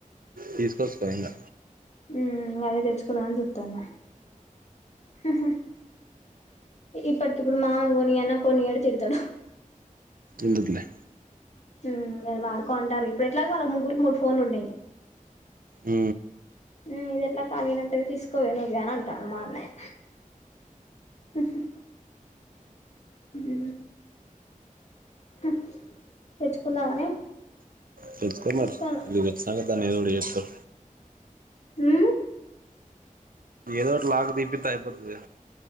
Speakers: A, on the right; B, on the left.
A: తీసుకొచ్చుకో ఇంగ
B: ఉ అదే తెచ్చుకుందాం అని చూస్తాన్న ఉహ్ ఇప్పటికిప్పుడు మామ కొనియ్ అన్న కొన్నియడు తిడతాడు
A: ఎందుకులే
B: ఉహ్ అవి వాడుకోంటారు ఇప్పుడు ఎట్లాగో వాళ్ళకు ముగ్గురికి మూడు ఫోన్లు ఉన్నాయి
A: ఉ
B: ఉ ఇది ఎట్లా ఖాళీగానే ఉంటది తీసుకోవే నువ్వే అని అంటాడు మా అన్నయ్య ఉహు హూ హు తెచ్చుకుందామని
A: తెచ్చుకోమరి
B: చూస్తానా
A: నేన్ వచ్చినాక దాన్ని ఏదో పొయ్యి ఏస్తాం
B: ఉ
A: ఏదోకటి లాక్ తీపిత్త ఎపు వద్దులే